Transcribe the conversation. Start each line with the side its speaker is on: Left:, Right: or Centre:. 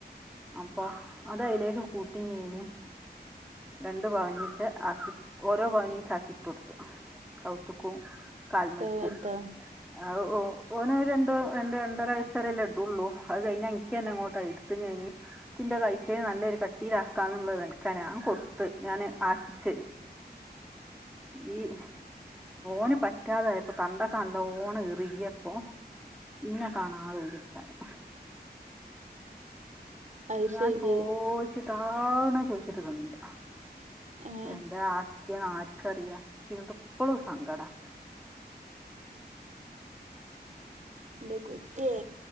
Centre: അപ്പൊ അത് അതിലേക്ക് കൂട്ടിങ്ങീനി രണ്ട് പവനീച്ച ആക്കി ഓരോ പവനീച്ച് ആക്കി ഇട്ട് കൊടുത്തു കൗത്ത്ക്കും കാൽമൾക്കും
Right: കേട്ടോ
Centre: ആഹ് ഓ ഓന് ഒരു രണ്ടോ രണ്ട് രണ്ടര വയസ് വരെല്ലേ ഇടുള്ളു അത് കഴിഞ്ഞാ എനിക്ക് തന്നെ അങ്ങോട്ട് എടുത്ത് കഴിഞ്ഞ് ക്കിന്റെ ലൈഫിന് നല്ലൊരു കട്ടിയില് ആക്കാന്നുള്ളത് എനക്ക് ഞാൻ കൊടുത്ത് ഞാന് ആശിച്ച്
Right: <inaudible>
Centre: ഈട് ഓന് പറ്റാതായപ്പൊ പണ്ടൊക്കെ നല്ലോണ്റിക്യപ്പൊ ഇന്നെ കാണാ ആളോടിച്ചാണ്
Right: അത്
Centre: ഞാൻ
Right: ശരി
Centre: ചോദിച്ചിട്ടാണ് ചോദിച്ചിട്ട് തന്നില്ല
Right: ആഹ്
Centre: എന്താ ആക്ക്യേന്ന് ആർക്കറിയാം എനികിതൊക്കെ ഇപ്പളും സങ്കടാ
Right: ന്റ കുട്ടിയെ